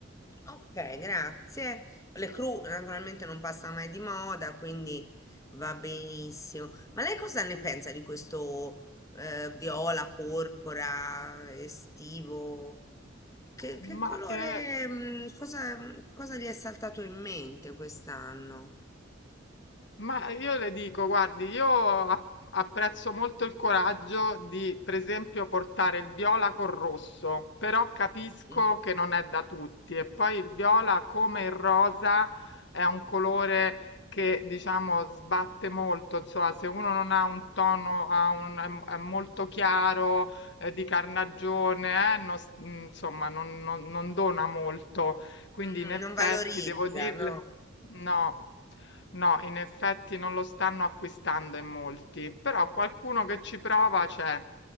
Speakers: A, on the left; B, on the left.
A: ok, grazie. Le cru naturalmente non passa mai di moda, quindi va benissimo. Ma lei cosa ne pensa di questo eh, viola, porpora, estivo? Che, che
B: Ma,
A: colore,
B: ehm
A: mm, cosa, mm, cosa gli è saltato in mente quest'anno?
B: Ma io le dico, guardi, io a- apprezzo molto il coraggio di, per esempio, portare il viola col rosso, però capisco
A: Mm,
B: che non è da tutti. E poi il viola, come il rosa, è un colore che, diciamo, sbatte molto. Insomma, se uno non ha un tono, ha un- è, è molto chiaro, eh, di carnagione, eh, non s- insomma, non non- non dona molto. Quindi
A: mm,
B: in
A: mm,
B: effetti
A: non valorizza,
B: devo dirle
A: no?
B: no, no, in effetti non lo stanno acquistando in molti, però qualcuno che ci prova c'è.